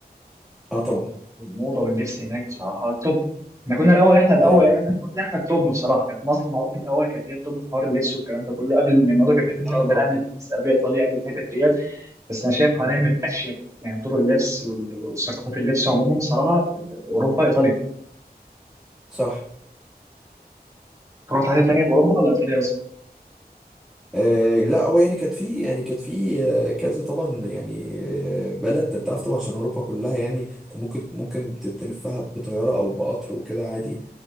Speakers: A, in the centre; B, on the right.
A: اه طبعا
B: الموضة واللبس هناك بصراحة توب احنا كنا الأول احنا الأول
A: ايوه
B: يعني احنا كنا احنا التوب بصراحة كانت مصر معروف من الأول كانت هي التوب في حوار اللبس والكلام ده كله قبل ما الموضة كانت بتنزل
A: اه
B: عندنا
A: طبعا
B: قبل باريس قبل إيطاليا قبل الحتت ديت بس انا شايف
A: مم.
B: حاليا من اشيك يعني طرق اللبس وال- وثقافات اللبس عموما صراحه اوروبا ايطاليا
A: صح
B: رحت حاجه
A: صح.
B: تانيه في اوروبا ولا ايطاليا بس
A: آه لا هو يعني كانت في يعني كانت في آه كذا طبعا يعني آه بلد ده انت عارف طبعا عشان اوروبا كلها يعني انت ممكن ممكن ت- تلفها بطياره او بقطر وكده عادي